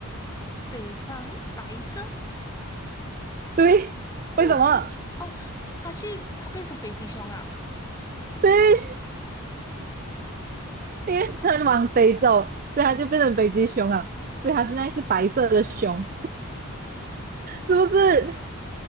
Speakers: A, on the left; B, on the right.
A: 北方白色，
B: 对，
A: 为什么？
B: 为什么？
A: 哦，它去，它变成北极熊啊
B: 对，因为它往北走，所以它就变成北极熊了，所以它现在是白色的熊，是不是？